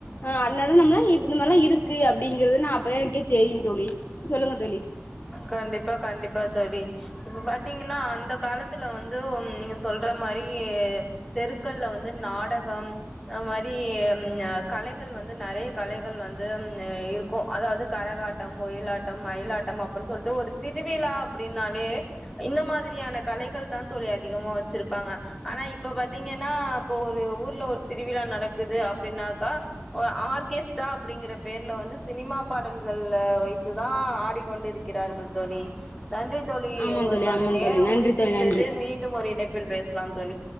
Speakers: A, on the left; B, in the centre.
A: அ <unintelligible> இந்த மார்லா இருக்கு அப்டிங்கிறது நா அப்பதா எனக்கே தெரியு தோழி சொல்லுங்க தோழி
B: கண்டிப்பா கண்டிப்பா தோழி இப்ப பாத்தீங்கன்னா அந்த காலத்துல வந்து ஒன் நீங்க சொல்ற மாரி தெருக்கள்ல வந்து நாடகம் அந்மாரி அம் அ கலைகள் வந்து நறையா கலைகள் வந்து ம் இருக்கு அதாவது கரகாட் ட்டம் ஒயிலாட்டம் மயிலாட்டம் அப்புன் சொல்ட்டு ஒரு திருவிழா அப்புடின்னாலே இந்த மாதிரியான கலைகள் தான் தோழி அதிகமா வச்சிருப்பாங்க ஆனா இப்ப பாத்தீங்கன்னா இபோ ஒரு ஊர்ல ஒரு திருவிழா நடக்குது அப்டின்னாக்கா ஒ ஆர்கேஸ்டா அப்புடிங்கற பேர்ல வந்து சினிமா பாடல்கள் அ வைத்து தா ஆடிக்கொண்டிருக்கிறார்கள் தோழி நன்றி தோழி
A: ஆமா
B: உங்களுக்கான
A: தோழி ஆமா
B: நேரொ
A: தோழி நன்றி
B: முடிந்து
A: தோழி
B: விட்டது
A: நன்றி
B: மீண்டும் ஒரு இணைப்பில் பேசலாம் தோழி